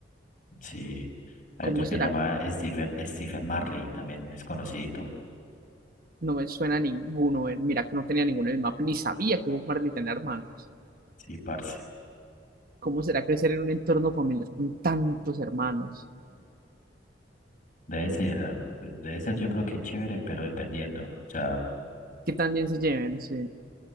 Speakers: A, on the left (about 50°); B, on the right (about 55°).
A: Sí. Hay
B: ¿Cómo
A: otro que
B: será?
A: llama Stephen, Stephen Marley, también es conocidito.
B: No me suena a ninguno. eh, Mira que no tenía ninguno en el mapa, ni sabía que Bob Marley tenía hermanos.
A: Sí, parce.
B: ¿Cómo será crecer en un entorno familiar con tantos hermanos?
A: Debe ser, ah, pues, debe ser yo creo que chévere, pero dependiendo. O sea,
B: Que también se lleven, sí.